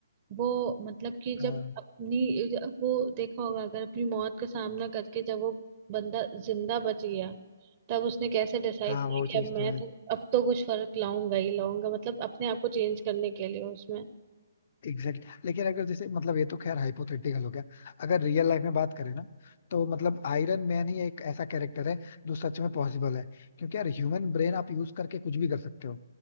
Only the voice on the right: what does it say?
वो मतलब कि
जब अपनी जब वो देखा होगा अगर अपनी मौत का सामना करके जब वो बंदा जिंदा बच गया तब उसने कैसे डिसाइड
किया
कि अब मैं
तो अब तो कुछ फर्क लाऊंगा ही लाऊंगा मतलब अपने आप को चेंज करने के लिए उसमें